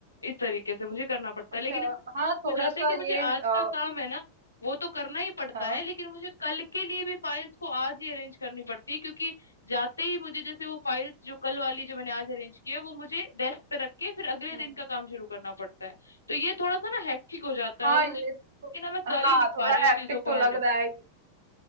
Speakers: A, on the left (about 80°); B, on the right (about 60°).
A: इस तरीके से मुझे करना पड़ता
B: अच्छा
A: है लेकिन इसमें
B: हाँ थोड़ा
A: हो जाता
B: सा
A: है कि मुझे
B: ये
A: आज
B: अ,
A: का काम है ना वो तो करना ही पड़ता
B: हाँ
A: है लेकिन मुझे कल के लिए भी फाइल्स को आज ही अरेंज करनी पड़ती है क्योंकि जाते ही मुझे जैसे वो फाइल्स जो कल वाली जो मैंने आज अरेंज की है वो मुझे डेस्क पे रख के फिर अगले
B: हम्म,
A: दिन का काम शुरू करना पड़ता है तो ये थोड़ा सा ना हेक्टिक हो जाता
B: हाँ
A: है और मुझे
B: ये
A: कि
B: तो
A: ना मैं कर
B: हाँ
A: ही नहीं
B: थोड़ा
A: पा रही हूँ इस
B: हैक्टिक
A: चीजों को
B: तो
A: हैंडल
B: लग रहा है